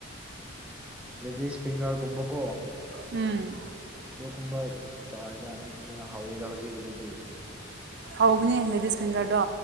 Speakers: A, in the centre; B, on the right.
A: ꯂꯦꯗꯤꯁ ꯐꯤꯡꯒꯔꯒꯨꯝꯕꯀꯣ
B: ꯎꯝ
A: ꯑꯗꯨꯒꯨꯝꯕ ꯆꯥꯏꯗ ꯑꯗꯨꯒꯨꯝꯕꯅ ꯍꯥꯎꯋꯤꯗ ꯍꯧꯖꯤꯛ ꯍꯧꯖꯤꯛꯇꯤ
B: ꯍꯥꯎꯕꯅꯦ ꯂꯦꯗꯤꯁ ꯐꯤꯡꯒꯔꯗꯣ